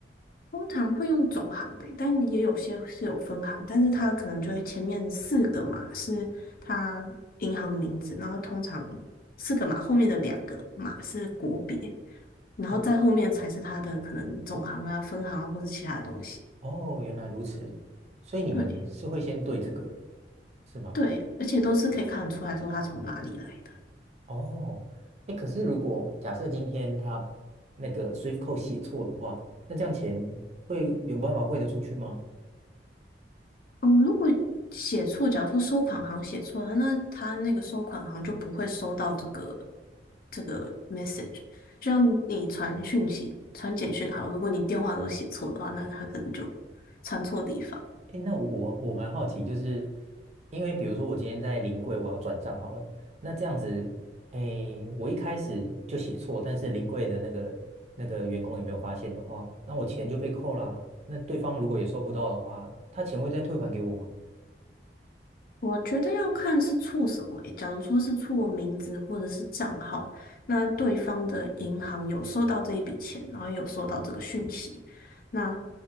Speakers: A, on the left (about 50°); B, on the right (about 40°).
A: 通常会用总行的，但也有些是有分行，但是它可能就会前面四个码是它银行的名字，然后通常四个码后面的两个码是国别，然后再后面才是它的可能总行啊、
B: 哦
A: 分行啊或是其他东西。
B: 哦，原来如此，所以你们是会先对这个
A: 对
B: 是吗？
A: 对，而且都是可以看得出来说它从哪里来的。
B: 哦，哎，可是如果假设今天他那个 SWIFT code 写错的话，那这样钱会有办法汇得出去吗？
A: 嗯，如果写错，假如说收款行写错了，那他那个收款行就不会收到这个这个 message。就像你传讯息、传简讯好，如果你电话都写错的话，那他可能就传错地方。
B: 诶，那我我蛮好奇，就是因为比如说我今天在临柜我要转账好了，那这样子，诶，我一开始就写错，但是临柜的那个那个员工也没有发现的话，那我钱就被扣啦。那对方如果也收不到的话，他钱会再退还给我吗？
A: 我觉得要看是错什么诶，假如说是错名字或者是账号，那对方的银行有收到这一笔钱，然后也有收到这个讯息，那